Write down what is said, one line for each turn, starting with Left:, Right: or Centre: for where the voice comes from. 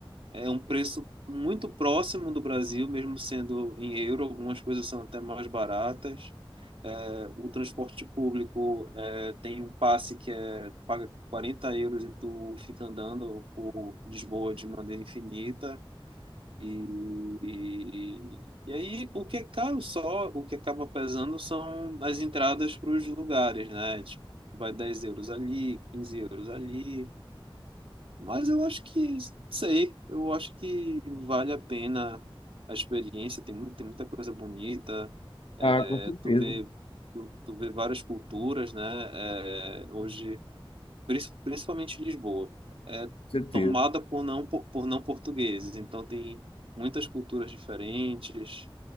Right: é um preço muito próximo do Brasil, mesmo sendo em euro, algumas coisas são até mais baratas. É, o transporte público é, tem um passe que é paga 40 euros e tu fica andando por Lisboa de maneira infinita. E, e, e aí o que é caro só, o que acaba pesando são as entradas para os lugares, né? Tipo, vai 10 euros ali, 15 euros ali. Mas eu acho que, sei, eu acho que vale a pena a experiência, tem, mu- tem muita coisa bonita, é,
Left: Ah, com certeza,
Right: tu vê,
Left: com
Right: tu, tu vê várias culturas, né? É, hoje, prin- principalmente Lisboa, é
Left: certeza,
Right: tomada por não, po- por não portugueses, então tem muitas culturas diferentes,